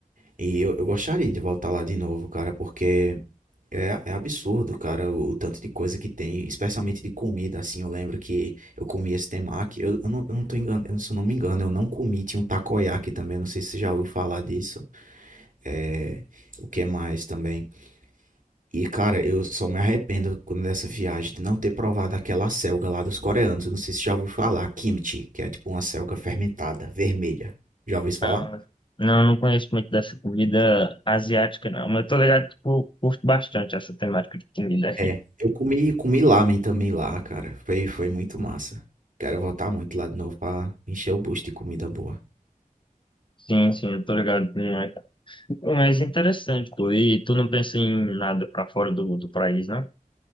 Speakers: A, on the right; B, on the left.
A: E eu, eu gostaria de voltar lá de novo, cara, porque é, é absurdo, cara, o, o tanto de coisa que tem, especialmente de comida, assim. Eu lembro que eu comi esse temaki. Eu, eu não, eu não tô enganando, se eu não me engano, eu não comi. Tinha um takoyaki também, não sei se você já ouviu falar disso. É, o que mais também? E, cara, eu só me arrependo quando dessa viagem de não ter provado aquela selga lá dos coreanos. Eu não sei se já ouviu falar, kimchi, que é tipo uma selga fermentada, vermelha. Já ouviu isso falar?
B: Ah, Não, eu não conheço muito dessa comida asiática, não. Mas eu tô ligado que eu curto bastante essa temática de comida aí.
A: É. Eu comi, comi lamen também lá, cara. Foi, foi muito massa. Quero voltar muito lá de novo pra encher o bucho de comida boa.
B: Sim, sim, eu tô ligado. Pô, Mas interessante, pô. E tu não pensa em nada pra fora do, do país, né?